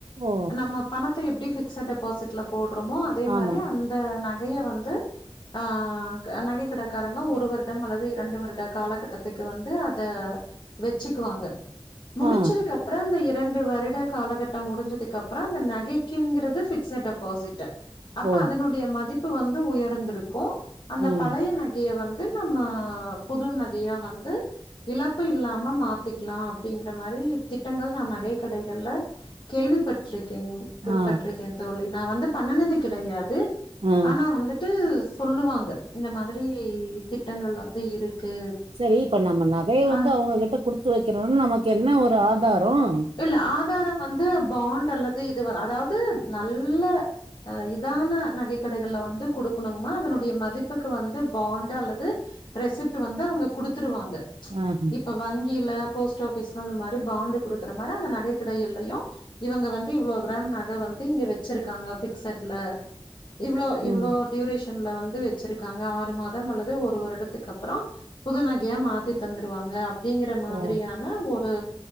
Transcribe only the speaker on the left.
நம்ம பணத்த எப்டி ஃபிக்ஸட் டெபாசிட்ல போட்றோமோ அதே மாரி
அந் இந்த நகைய வந்து ஆ நகை கடைக்காரங்க ஒரு வருடம் அல்லது இரண்டு வருட காலகட்டத்துக்கு வந்து அத வெச்சுக்குவாங்க முடிச்சதுக்கு
அப்றம் அந்த எத் இரண்டு வருட காலகட்டம் முடிஞ்சதுக்கு அப்றம் அந்த நகைக்குங்கிறது ஃபிக்ஸட் டெபாசிட் அப்ப
அதனுடைய மதிப்பு வந்து உயர்ந்திருக்கும் அந்த
பழைய நக பயே வந்து நம்ம புது நகையா வந்து இழப்பு இல்லாம மாத்திக்கலாம் அப்டிங்கிற மாதிரித் திட்டங்கள் நான் நகை கடைகள்ல கேள்விப்பட்டிருக்கேங் க்பட்ருக்கேன்
தோழி நான் வந்து பண்ணுனது கெடையாது
ஆனா வந்துட் வண்ட்டு சொல்லுவாங்க இந்த மாதிரி திட்டங்கள் வந்து இருக்கு
ஆ
இல்ல ஆதாரம் வந்து பாண்ட் அல்லது இது வ அதாவது நல்ல அ இதான நகைக் கடைகள்ல வந்து குடுக்கணுங்க்ம்மா அதனுடைய மதிப்புக்கு வந்து பாண்ட்டு அல்லது ரெசிப்ட் வந்து அவேங்க குடுத்துருவாங்க
இப்ப வங்கியில போஸ்ட் ஆஃபிஸ்ல அந்த மாரி பாண்டு குடுக்குற மாரி அந்த நகைக் கடையிலயும் இவங்க வந்து இவ்ளோ கிராம் நக வந்து இங்க வச்சிருக்காங்க ஃபிக்சட்ல இவ்ளோ இவ்ளோ
டியூரேஷன்ல வந்து வச்சிருக்காங்க ஆறு மாதம் அல்லது ஒரு வருடத்துக்கு அப்றோம் புது நகையா மாத்தி தந்துடுவாங்க அப் அப்டிங்கிற மாதிரியான
ஒரு